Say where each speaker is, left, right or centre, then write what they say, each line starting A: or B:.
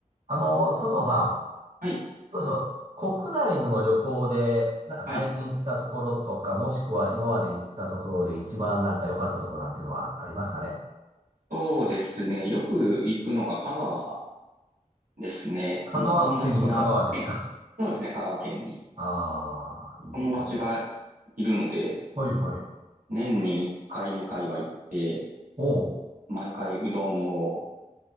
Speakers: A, on the right; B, on the right.
A: あの、佐藤さん、
B: はい。
A: どうでしょう。国内の旅行で、なんか最近行ったところとか、
B: はい。
A: もしくは今まで行ったところで一番なんか良かったところなんていうのはありますかね。
B: そうですね。よく行くのが香川ですね。
A: 香川県の香川ですか。
B: あの、友達が、え、そうですね。香川県に。
A: <laughs> ああ、いいですね。
B: 友達がいるので、
A: はいはい。
B: 年に1回、2回は行って、
A: おう。
B: 毎回うどんを、